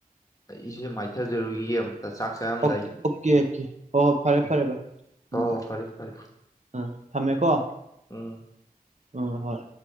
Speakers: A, on the left (about 20°); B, on the right (about 50°).
A: ꯑꯩꯁꯨ ꯏꯔꯨ ꯃꯥꯏꯊꯖꯔꯨꯈꯤꯒꯦ ꯆꯥꯛ ꯆꯥꯔꯝꯗꯥꯏꯒꯤ
B: ꯑꯣ ꯑꯣꯀꯦ ꯑꯣꯀꯦ ꯍꯣ ꯍꯣꯏ ꯐꯔꯦ
A: ꯎꯝ
B: ꯐꯔꯦ ꯚꯥꯏ
A: ꯍꯣꯏ
B: ꯎꯝ
A: ꯍꯣꯏ
B: ꯎꯝ
A: ꯐꯔꯦ ꯐꯔꯦ
B: ꯎꯝ ꯊꯝꯃꯦꯀꯣ꯫
A: ꯎꯝ
B: ꯑꯝ ꯍꯣꯏ